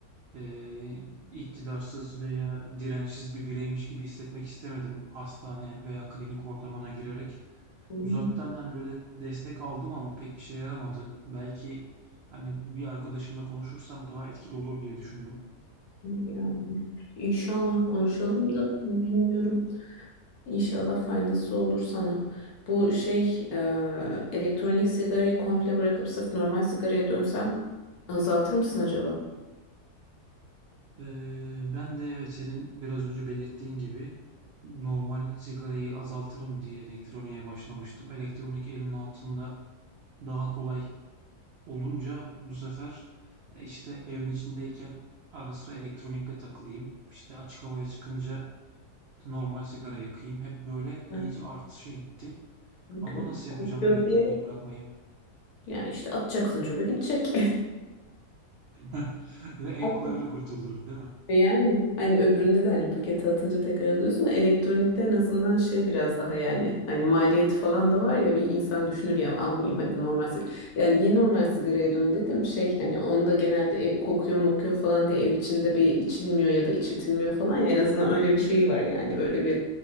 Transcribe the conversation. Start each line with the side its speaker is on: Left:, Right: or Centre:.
Right: e, iktidarsız veya dirençsiz bir bireymiş gibi hissetmek istemedim hastane veya klinik ortamına girerek.
Left: Hı.
Right: Uzaktan hani böyle destek aldım ama pek işe yaramadı. Belki hani bir arkadaşımla konuşursam daha etkili olur diye düşündüm.
Left: Yani inşallah konuşalım da bilmiyorum. İnşallah faydası olur sana. Bu şey e, elektronik sigarayı komple bırakıp sırf normal sigaraya dönsen azaltır mısın acaba?
Right: Ee, ben de evet senin biraz önce belirttiğin gibi normal sigarayı azaltırım diye elektroniğe başlamıştım. Elektronik elimin altında daha kolay olunca bu sefer e, işte evin içindeyken ara sıra elektronikle takılayım. işte açık havaya çıkınca normal sigara yakayım. Hep böyle iyice
Left: Yani
Right: artışa gitti.
Left: çünkü
Right: Ama nasıl
Left: Kokuyor
Right: yapacağım elektroniği
Left: diye
Right: bırakmayı?
Left: yani işte atacaksın çöpe gidecek.
Right: <laughs> Ve en
Left: <laughs>
Right: kolay öyle kurtulur, değil mi?
Left: E Yani hani öbüründe de hani pakete atınca tekrar alıyorsun. da Elektronikte en azından şey biraz daha yani hani maliyet falan da var ya bir insan düşünür ya almayayım hadi normal sigara. Yani niye normal sigaraya dön dedim şey hani onda genelde e, kokuyor mokuyor falan diye ev içinde bir içilmiyor ya da içirtilmiyor falan ya en azından öyle bir şey var yani böyle bir